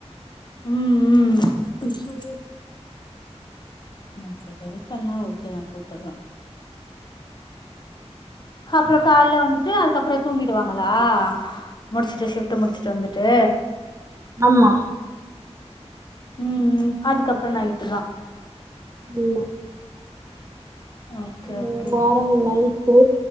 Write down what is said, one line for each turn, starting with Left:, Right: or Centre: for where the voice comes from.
Left: ம் ம் அய்யோ ஓகே ஹெல்ப் பண்ணா ஓகே தா சூப்பர் தா ஹப்றோ கால்ல வந்துட்டு அதுக்கப்றோ தூங்கிடுவாங்களா முடிச்சுட்டு ஷிஃப்டு முடிச்சுட்டு வந்துட்டு
Right: ஆமா
Left: ம் அதுக்கப்றோ நைட்டு தா
Right: ஆமா
Left: ஓகே
Right: இந்த
Left: ஓகே
Right: ஒரு வார நைட்டு